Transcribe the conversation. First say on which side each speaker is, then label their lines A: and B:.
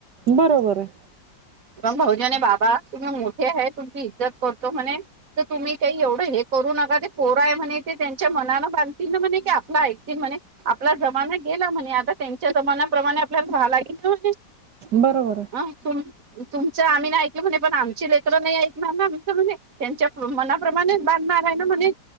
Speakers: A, on the right (about 65°); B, on the right (about 50°).
A: बरोबर आहे
B: पग भाहजने बाबा तुम्ही मोठे आहे तुमची इज्जत करतो म्हणे तर तुम्ही काही एवढं हे करू नका ते पोरा आहे म्हणे ते त्यांच्या मनान बांती ना म्हणे क आपला ऐकतील म्हणे आपला जमाना गेला म्हणे आता त्यांच्या जमान्या प्रमाणे आपल्याला व लागेल ना म्हणजे
A: बरोबर आहे
B: तु तुमचं आम्ही नाही ऐकलं म्हणे पण आमची लेखल नाही क ना ना णे त्यांच्या मनाप्रमाणेच बांधणारय ना म्हणे